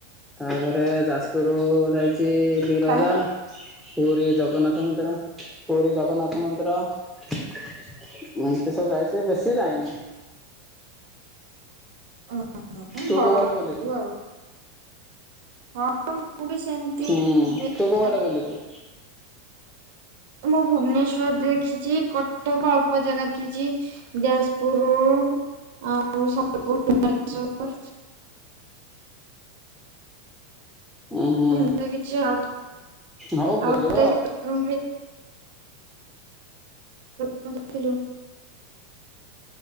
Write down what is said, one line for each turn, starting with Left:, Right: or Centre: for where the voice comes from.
Centre: ତାପରେ ଯାଜପୁରୁ ଯାଇଚି। ବିରଜା
Right: ବାହାରେ
Centre: ପୁରୀ ଜଗନ୍ନାଥ ମନ୍ଦିର ପୁରୀ ଜଗନ୍ନାଥ ମନ୍ଦିର। ଏମିତି ସବୁ ଯାଇଚି ବେଶି ଯାଇନି।
Right: ଉଁ
Centre: ତୁ
Right: ବଡ
Centre: କୋଉଆଡେ
Right: ହେଇଯିବୁ
Centre: ବୁଲିଚୁ।
Right: ଆଉ ହଁ ମୁଁ ବି ସେମିତି
Centre: ହୁଁ
Right: ଇଏ
Centre: ତୁ କୋଉଆଡ଼େ ବୁଳିଚୁ।
Right: ମୁଁ ଭୁବନେଶ୍ଵର ଦେଖିଚି କଟକ ଅଳ୍ପ ଜାଗା ଦେଖିଛି। ଯାଜପୁର ରୋଡ ଆଉ ସମ୍ବଲପୁର, ବାଲେଶ୍ଵର।
Centre: ଉଁ ହୁଁ
Right: ଏମତି କିଛି ଆଉ,
Centre: ହଉ ବୁଲିବ
Right: ଆଉ ତୁ ଆଜି <unintelligible> <unintelligible>